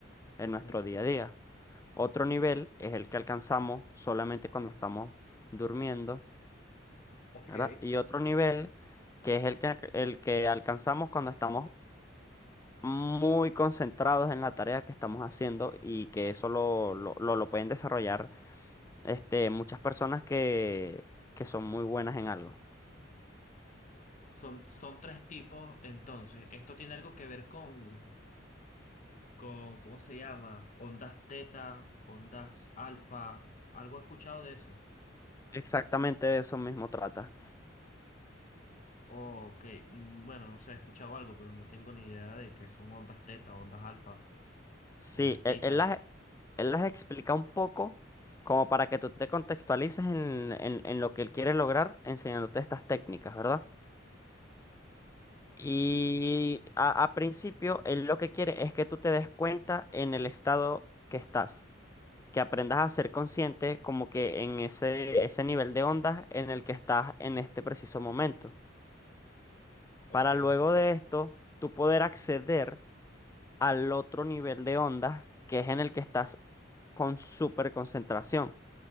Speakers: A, on the left; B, on the left.
A: en
B: ujú,
A: nuestro día a día. Otro nivel es el que alcanzamos solamente cuando estamos durmiendo,
B: ok.
A: ¿verdad? Y otro nivel que es el que, el que alcanzamos cuando estamos muy concentrados en la tarea que estamos haciendo y que eso lo, lo, lo- lo pueden desarrollar este, muchas personas que, que son muy buenas en algo.
B: Son, son tres tipos, entonces, esto tiene algo que ver con, con, ¿cómo se llama? Ondas teta, ondas alfa, algo he escuchado de eso.
A: Exactamente de eso mismo trata.
B: Ok, mm, bueno, no sé, he escuchado algo, pero no tengo ni idea de qué son ondas teta, ondas alfa,
A: Sí,
B: ondas tita.
A: él, él las, él las explica un poco como para que tú te contextualices en, en, en lo que él quiere lograr enseñándote estas técnicas, ¿verdad? Y a, a principio, él lo que quiere es que tú te des cuenta en el estado que estás. que aprendas a ser consciente como que en ese, ese nivel de ondas en el que estás en este preciso momento.
B: Ok,
A: Para luego de esto, tú poder acceder al otro nivel de ondas que es en el que estás con súper concentración,